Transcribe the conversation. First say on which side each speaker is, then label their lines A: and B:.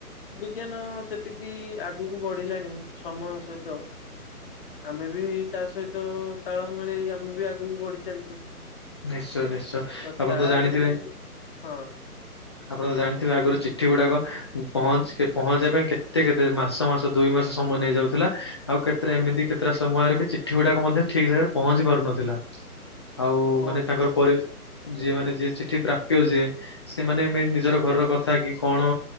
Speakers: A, on the left; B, on the left.
A: ବିଜ୍ଞାନ ଯେତିକି ଆଗକୁ ବଢିଲାଣି ସମୟ ସହିତ ଆମେ ବି ତା ସହିତ ତାଳ ମିଳେଇ ଆମେ ବି ଆଗକୁ ବଢି ଚାଲିଚେ
B: ନିଶ୍ଚୟ, ନିଶ୍ଚୟ।
A: ତ
B: ଆପଣ
A: ତା
B: ଜାଣିଥିବେ
A: ଯୋଗୁ, ହଁ।
B: ଆପଣ ତ ଜାଣିଥିବେ, ଆଗରୁ ଚିଠି ଗୁଡାକ, ପହଞ୍ଚ ପହଞ୍ଚିବା ପାଇଁ କେତେ କେତେ ମାସ ମାସ ଦୁଇ ମାସ ସମୟ ନେଇଯାଉ ଥିଲା, ଆଉ କେତେରେ ଏମିତି କେତେଟା ସମୟରେ ବି, ଚିଠି ଗୁଡାକ ମଧ୍ୟ ଠିକ୍ ଜାଗାରେ ପହଞ୍ଚି ପାରୁନଥିଲା।
A: <inaudible>
B: ଆଉ
A: ପହଞ୍ଚ
B: ମାନେ ତାଙ୍କର ପରେ,
A: ହଁ
B: ଯିଏ ମାନେ ଯିଏ ଚିଠି ପ୍ରାପ୍ୟ ଯିଏ ସେମାନେ ନିଜର ଘରର କଥା, କି କଣ